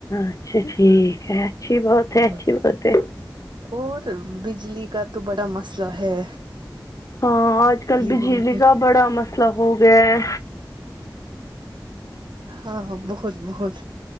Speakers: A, on the left; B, on the right.
A: اچھا ٹھیک ہے اچھی بات
B: ہاں
A: ہے اچھی بات ہے
B: اور بجلی کا تو بڑا مسئلہ ہے
A: ہاں آج کل بجلی
B: ہی نہیں
A: کا بڑا مسئلہ ہو گیا ہے
B: ہاں بہت بہت